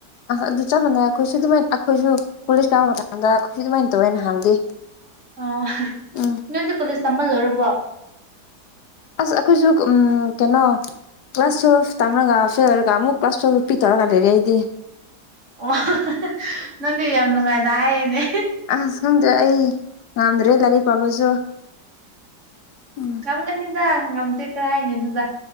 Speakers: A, on the left; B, on the right.
A: ꯑꯁ ꯑꯗꯨ ꯆꯞ ꯃꯅꯦ ꯑꯩꯈꯣꯏꯁꯨ ꯑꯗꯨꯃꯥꯏꯅ ꯑꯩꯈꯣꯏꯁꯨ ꯀꯣꯂꯦꯖ ꯀꯥꯕ ꯃꯇꯝꯗ ꯑꯩꯈꯣꯏꯁꯨ ꯑꯗꯨꯃꯥꯏꯅ ꯇꯧꯋꯦ ꯅꯍꯥꯟꯗꯤ
B: ꯑꯣ
A: ꯎꯝ
B: ꯅꯣꯏꯗꯤ ꯀꯣꯂꯦꯖ ꯇꯝꯕ ꯂꯣꯏꯔꯕꯣ
A: ꯑꯁ ꯑꯩꯈꯣꯏꯁꯨ ꯎꯝ ꯀꯩꯅꯣ ꯀ꯭ꯂꯥꯁ ꯇ꯭ꯋꯦꯜꯞ ꯇꯥꯝꯔꯒ ꯐꯦꯜ ꯑꯣꯏꯔꯒ ꯑꯃꯨꯛ ꯀ꯭ꯂꯥꯁ ꯇ꯭ꯋꯦꯜꯞ ꯄꯤꯊꯔꯒ ꯂꯩꯔꯦ ꯑꯩꯗꯤ
B: ꯑꯣ <unintelligible> ꯅꯪꯗꯤ ꯌꯥꯝ ꯅꯨꯡꯉꯥꯏꯅ ꯍꯥꯏꯌꯦꯅꯦ
A: ꯑꯁ ꯈꯪꯗꯦ ꯑꯩ ꯉꯝꯗ꯭ꯔꯦ ꯂꯥꯏꯔꯤꯛ ꯄꯥꯕꯁꯨ ꯎꯝ
B: ꯉꯝꯒꯅꯤꯗ ꯉꯝꯗꯦ ꯀꯔꯥꯏ ꯍꯥꯏꯒꯅꯣꯗ